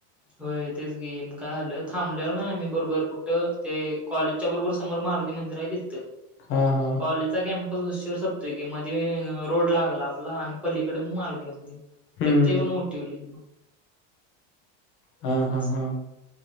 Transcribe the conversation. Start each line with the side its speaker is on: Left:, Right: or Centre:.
Centre: होय तेच की, मग काय झालं थांबलेलं नाय आम्हीं बरोबर कुठं ते कॉलेज च्या बरोबर समोर मारुती मंदिर आहे तिथं
Left: हा हा
Centre: कॉलेजच्या कॅम्प उशीर सपतोय कि मध्ये रोड लागला आपला आणि पलीकडं मारुती मंदिर.
Left: हम्म
Centre: तिथं येऊन उठिवलय.
Left: हा हा
Centre: अस
Left: हा